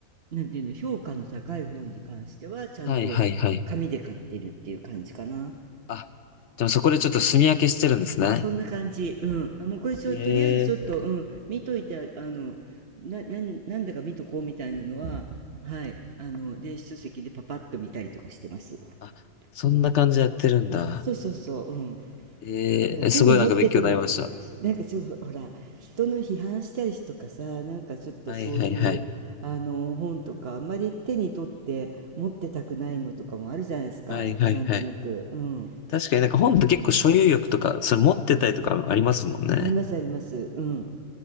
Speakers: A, on the right; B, on the left.
A: なんていうの、評価の高い本に関しては、ちゃんと紙で買ってるっていう感じかな。
B: はいはいはい。あ、でもそこでちょっと墨分けしてるんですね。
A: そんな感じ。うん。あ、もうこれちょ、
B: ええ
A: とりあえずちょっと、うん、見といて、あの、な、なん、なんだか見とこうみたいなのは、はい、あの、電子書籍でパパッと見たりとかしてます。
B: あ、そんな感じやってるんだ。
A: うん。そうそうそう、うん。
B: ええすごいなんか勉強になりました。
A: なんか手に持ってても、なんかちょっと、ほら、人の批判したりとかさ、なんかちょっとそういう、
B: はいはいはい。
A: あの、本とか、あんまり手に取って持ってたくないのとかもあるじゃないですか。
B: はいはいはい。
A: ななんとなく。うん。
B: 確かになんか本って結構所有欲とか、それ持ってたりとかありますもんね。
A: ありますあります。うん。